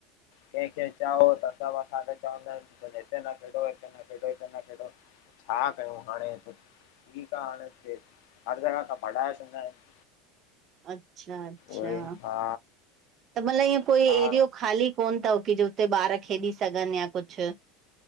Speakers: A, on the left; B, on the right.
A: कंहिंखे चओ त सभु असांखे चवंदा आहिनि हिते न खेॾो हिते न खेॾो छा कयूं हाणे। ठीकु आ हाणे ईते हर जॻह खां भढाए छॾंदा आहिनि
B: अचछा अचछा
A: उहे
B: त
A: हा
B: मतिलबु ईअं कोई
A: छा
B: एरियो ख़ाली कोन तव की जो हुते ॿार खेॾी सघनि या कुझु